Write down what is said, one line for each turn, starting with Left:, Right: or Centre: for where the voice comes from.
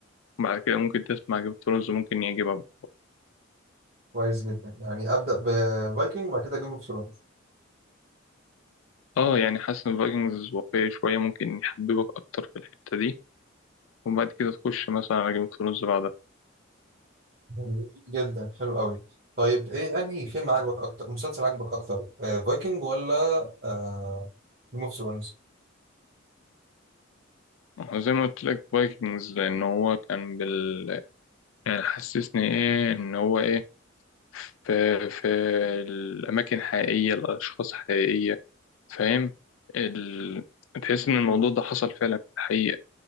Left: وبعد كده ممكن تسمع جيم اوف ثرونز ممكن يعجبك
Right: كويس جدا يعني ابدا بفايكنج وبعد كده جيم اوف ثرونز
Left: اه يعني حاسس ان فايكنجز واقعي شوية ممكن يحببك أكتر في الحتة دي وبعد كده تخش مثلا على جيم اوف ثرونز بعدها
Right: جميل جدا حلو قوي طيب ايه انهي فيلم عجبك اكتر مسلسل عجبك اكتر آه فايكنج ولا آه جيم اوف ثرونز
Left: هو زي ما قلت لك فايكنجز لأن هو كان بال يعني حسسني ايه ان هو ايه في في الأماكن حقيقية الأشخاص حقيقية فاهم ال... تحس ان الموضوع ده حصل فعلا في الحقيقة